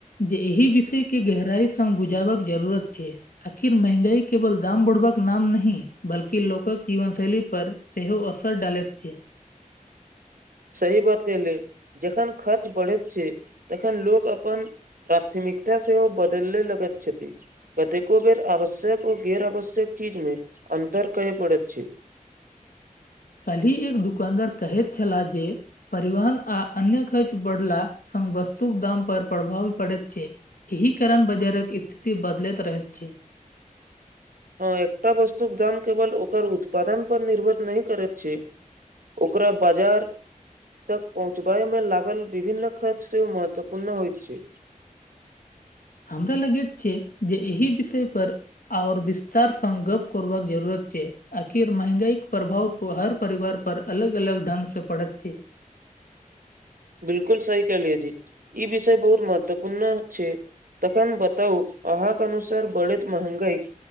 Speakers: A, on the left (about 85°); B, on the right (about 80°).
A: जे एहि विषयके गहराइसँ बुझबाक जरूरत छै। आखिर महंगाई केवल दाम बढ़बाक नाम नहिह बल्कि लोकक जीवन शैली पर सेहो असर डालैत छैे
B: सही बात <unintelligible> जखन खर्च बढ़ैत छै तखन लोक अपन प्राथमिकता सेहो बदले लगति छति कतेको बेर आवश्यक ओ गैर आवश्यक चीजमे अन्तर करय पड़ैत छै
A: काल्हि एक दुकानदार कहैत छलाह जे परिवहन आ अन्य खर्च बढ़ला सँ वस्तुक दाम पर प्रभाव पड़ैत छै एहि कारण बाजारक स्थिति बदलैत रहैत छै
B: हँ एकटा वस्तुक दाम केवल ओकर उत्पादन पर निर्भर नहि करैत छै ओकरा बजार तक पहुँचबायमे लागल विभन्न खर्च सेहो महत्वपूर्ण होइ छै
A: हमरा लगैत छै जे एहि विषय पर आओर विस्तार सं गप करबाक जरूरत छै अखिर महंगाई के प्रभाव हर परिवार पर अलग अलग ढंग सँ पड़ेत छै
B: बिलकुल सही कहलिए जी ई विषय बहुत महत्वपूर्ण छै तखन बताउ अहाँक अनुसार बढ़ैत महंगाई